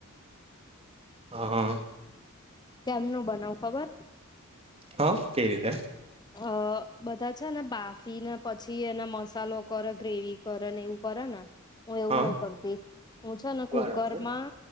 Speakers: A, on the right (about 30°); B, on the left (about 20°).
A: હા, હા.
B: કેમનું બનાવુ ખબર?
A: હ, કઈ રીતે?
B: અહ બધા છે ને બાફી ને પછી એનો મસાલો કરે ગ્રેવી કરે ને એવું કરે ને હું એવું
A: હા
B: નહી કરતી હું છે ને
A: બરાબર
B: કુકરમાં